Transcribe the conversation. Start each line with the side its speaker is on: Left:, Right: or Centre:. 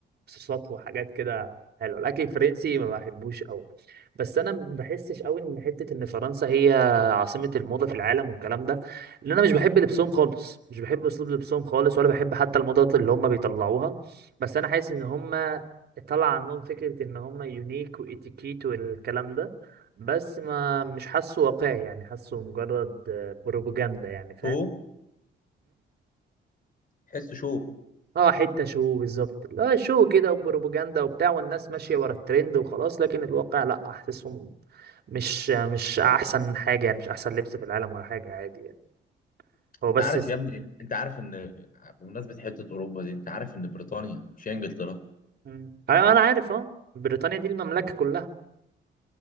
Right: وصوصات وحاجات كده حلوه الاكل الفرنسي ما بحبوش قوي بس انا ما بحسش قوي ان حته ان فرنسا هي عاصمه الموضه في العالم والكلام ده لان انا مش بحب لبسهم خالص مش بحب اسلوب لبسهم خالص ولا بحب حتى الموضه اللي هم بيطلعوها بس انا حاسس ان هم طلع عنهم فكره ان هم يونيك واتيكيت والكلام ده بس ما مش حاسه واقعي يعني حاسه مجرد بروباجندا يعني فاهم
Left: شو تحس شو
Right: اه حتة شو بالظبط لا شو كده وبروباجندا وبتاع والناس ماشية ورا الترند وخلاص لكن الواقع لا احسسهم مش مش احسن حاجة يعني مش احسن لبس في العالم ولا حاجة عادي يعني هو
Left: انت
Right: بس
Left: عارف
Right: س-
Left: يا ابني انت عارف ان بمناسبة حتة اوروبا دي انت عارف ان بريطانيا مش هي انجلترا
Right: مم. ايوه انا عارف اه بريطانيا دي المملكة كلها